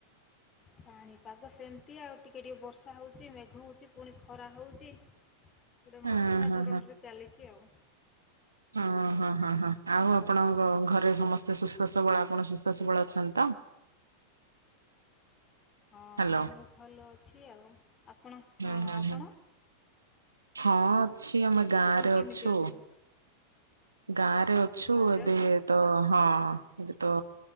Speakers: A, on the left; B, on the right.
A: ପାଣିପାଗ ସେମ୍ତି ଆଉ, ଟିକେ-ଟିକେ ବର୍ଷା ହଉଚି ମେଘ ହଉଚି ପୁଣି ଖରା ହଉଚି ପୁରା
B: ହଁ
A: ମଧ୍ୟମ
B: ହଁ
A: ଧରଣରେ ଚାଲିଚି ଆଉ।
B: ହଁ-ହଁ-ହଁ-ହଁ ଆଉ ଆପଣଙ୍କ ଘରେ ସମସ୍ତେ ସୁସ୍ଥ ସବଳ ଆପଣ ସୁସ୍ଥ ସବଳ ଅଛନ୍ତି ତ?
A: ହଁ
B: ହ୍ୟାଲୋ
A: ମୁଁ ଭଲ ଅଛି ଆଉ, ଆପଣ
B: ହୁଁ
A: ହଁ
B: ହୁଁ
A: ଆପଣ?
B: ହୁଁ ହଁ ଅଛି, ଆମେ ଗାଁରେ
A: ଆପଣ କେମିତି
B: ଅଛୁ।
A: ଅଛନ୍ତି
B: ଗାଁରେ ଅଛୁ,
A: ଗାଁରେ
B: ଏବେ
A: ଅଛନ୍ତି?
B: ତ ହଁ ଏବେ ତ